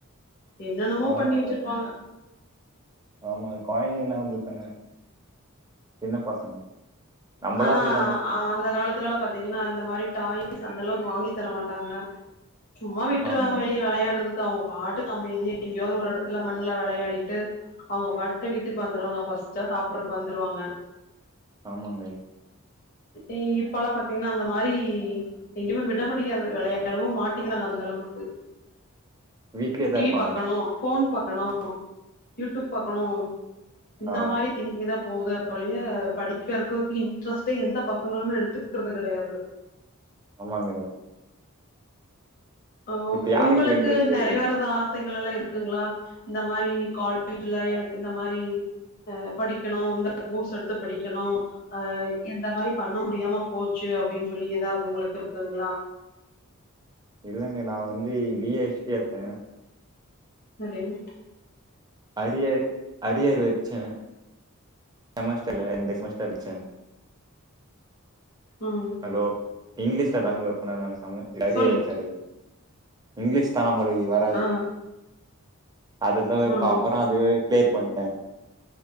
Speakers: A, on the left; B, on the right.
A: என்னென்னமோ
B: ஆமாங்க
A: பண்ணி வச்சிருப்பாங்க
B: ஆமா கொய்ந்தங்கனா அப்டித்தான சின்ன பசங்க நம்பளா
A: ஆனா
B: அப்டித்தா இருந்திருப்போ
A: அந்த காலத்ல எல்லா பாத் தீங்கனா அந்த மாரி டாய்ஸ் அந்த அளவுக்கு வாங்கி தர மாட்டாங்க சும்மா விட்டுருவாங்க
B: ஆமா
A: வெளிய வெளையாடுறது அவங்க பாட்டுக்கு அமைதியா எங்கயோ ஒரு எடத்துல மண்ணுல வெளையாடிட்டு அவங்க பாட்டு வீட்டுக்கு வந்துடுவாங்க பஸ்ச்சா சாப்ர்றக்கு வந்துருவாங்க
B: ஆமாங்க
A: இ இப்பல்லாம் பாத்தீங்கன்னா அந்த மாரி எங்கயுமே விட முடியாது வெளையாடவும் மாட்டிக்கிறாங்க அந்த அளவுக்கு
B: <inaudible>
A: டீ
B: இருப்பாங்களா
A: பாக்கணும் ஃபோன் பாக்கணும் யூ டூப் பாக்கணும் இந்த
B: ஆ
A: மாரி திங்கிங் தா போத ஒளிய படிக் கறக்கும் தி இன்ட்ரெஸ்ட்டே எந்த பசங்களுமே எடுத்துக்கிறது கெடையாது
B: ஆமாங்க
A: ம்
B: இப்ப யாருக்கு
A: உங்களுக்கு
B: இன்ட்ரெஸ்ட் இருக்கு
A: நெறை வெரதா துகளலா இருக்குங்களா இந்த மாரி கால்லேஜ்ல எனக்கு இந்த மாரி அ படிக்கணும் இந்த கோர்ஸ் எடுத்து படிக்கணும் அ இந்த மாரி பண்ண முடியாம போச்சு அப்டின் சொல்லி ஏதாது ஒங்களுக் இருக்குங்ளா
B: இல்லங்க நான் வந்து பி ஹச் டி எத்தேன்
A: சரிங்
B: அரியர் அரியர் வச்சேன் நமஸ்டர்ல ரெண்டு செமஸ்டர் வச்சேன்
A: ம்
B: லோ இங்கிலீஷ்ல தாங்க நாங்க ஒரு சம்மு அரியர்
A: சொல்
B: வச்சது இங்கிலீஷ் தா நம்மலுக்கு வர்
A: ஆ
B: அதுதவ்
A: ம்
B: பா அப்புறம் அதுவே கிளியர் பண்டேன்